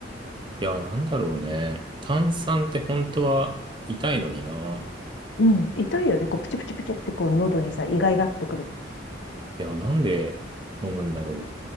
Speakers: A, on the right; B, on the left.
A: いや、なんだろうね。炭酸って本当は痛いのにな。
B: うん。痛いよね。こう、プチプチプチってこう、喉にさ、イガイガっとくるじ
A: いや、なんで飲むんだろう。